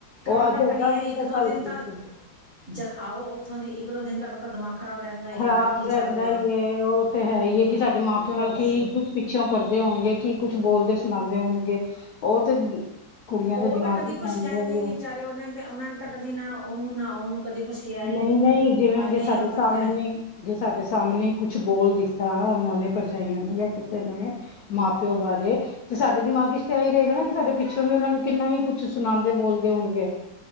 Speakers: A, on the right; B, on the left.
A: ਕਰੀ
B: ਉਹ ਅੱਜ
A: ਦਾ ਤਾਂ
B: ਏਦਾਂ
A: ਨਹੀਂ ਏ,
B: ਬੋਲਦਾ
A: ਇੱਕ-ਦੋ
B: ਕੱਲ
A: ਦਿਨ
B: ਠੀਕ
A: ਤਾਂ
B: ਹੈ।
A: ਜਦ ਆਓ ਉੱਥੋਂ ਦੀ ਇੱਕ-ਦੋ ਦਿਨ ਤੱਕ ਤਾਂ ਦਿਮਾਗ ਖ਼ਰਾਬ ਰਹਿੰਦਾ ਹੀ
B: ਖ਼ਰਾਬ
A: ਹੈਗਾ ਕੀ
B: ਤੇ
A: ਚੱਲ
B: ਐਂਦਾ
A: ਰਿਹਾ
B: ਈ ਏ, ਉਹ ਤੇ ਹੈ ਈ ਏ, ਕਿ ਸਾਡੇ ਮਾਂ-ਪਿਓ
A: ਫੇਰ
B: ਨਾਲ
A: ਅਸੀਂ
B: ਕੀ ਕੁੱਛ ਪਿੱਛੋਂ ਕਰਦੇ ਹੋਣਗੇ, ਕੀ ਕੁਛ ਬੋਲਦੇ-ਸੁਣਾਉਂਦੇ ਹੋਣਗੇ, ਉਹ ਤੇ ਕੁੜੀਆਂ
A: ਉਹ
B: ਦੇ ਦਿਮਾਗ
A: ਤਾਂ ਕਦੀ
B: ਚ
A: ਕੁਛ
B: ਹੁੰਦਾ
A: ਕਹਿੰਦੇ
B: ਹੀ
A: ਈ ਨੀ
B: ਹੈ
A: ਵਿਚਾਰੇ, ਉਨੇ ਤੇ ਉਹਨਾਂ ਨੂੰ ਤਾਂ ਕਦੀ ਨਾ ਉਹਨੂੰ, ਨਾ ਉਹਨੂੰ ਕਦੀ ਕੁਛ ਕਿਹਾ ਹੀ
B: ਨ‌ਈਂ-ਨ‌ਈਂ
A: ਨੀ
B: ਜਿਵੇਂ ਹੁਣ
A: ਐਨੇ
B: ਜੇ ਸਾਡੇ
A: ਉਹ
B: ਸਾਮਣੇ
A: ਤਾਂ ਤੇ
B: ਜੇ ਸਾਡੇ ਸਾਹਮਣੇ ਕੁਛ ਬੋਲ ਦਿੱਤਾ ਉਹਨਾਂ ਨੇ, ਭਰਜਾਈਆਂ ਨੇ ਤੇ ਮੈਂ ਮਾਂ-ਪਿਓ ਬਾਰੇ ਤੇ ਸਾਡੇ ਦਿਮਾਗ 'ਚ ਤੇ ਐ ਈ ਰਹੇਗਾ ਨਾ ਕਿ ਸਾਡੇ ਪਿੱਛੋਂ ਵੀ ਉਹਨਾਂ ਨੂੰ, ਕਿੰਨਾ ਹੀ ਕੁੱਛ ਸੁਣਾਉਂਦੇ-ਬੋਲਦੇ ਹੋਣਗੇ।